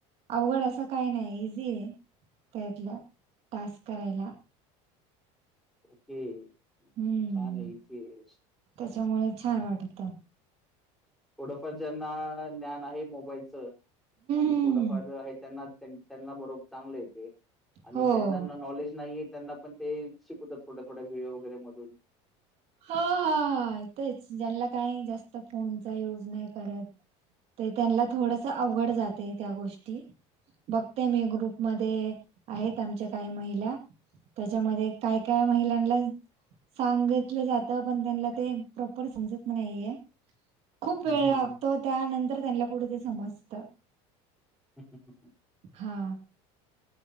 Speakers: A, on the right (about 45°); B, in the centre.
A: अवघड असं काही नाही इझी आहे त्यातलं टास्क करायला
B: ओके ये
A: हम्म
B: छान ये ए सी ये.
A: त्याच्यामुळे छान वाटतं.
B: थोडंफार ज्यांना ज्ञान आहे मोबाईलचं आणि
A: हम्म
B: थोडंफार
A: हम्म
B: आहे. त्यांना त्या त्यांना बरोब चांगले ये ते आणि
A: हो
B: ज्यांना नॉलेज नाही ये त्यांना पण ते शिकवतात थोड्या थोड्या व्हिडिओ वगैरे मधून
A: हा हा हा तेच ज्यांना काय जास्त फोनचा युज नाय करत. तर त्यांणला थोडस अवघड जातय त्या गोष्टी बघते मी ग्रुपमध्ये आहेत आमच्या काही महिला त्याच्यामध्ये काय काय महिलांना सांगे गितलं जात पण त्यांला प्रॉपर समत नाहीये खूप
B: हं,
A: वेळ
B: हं.
A: लागतो. त्यानंतर त्यांला कुठ ते समजतं.
B: <unintelligible>
A: हा.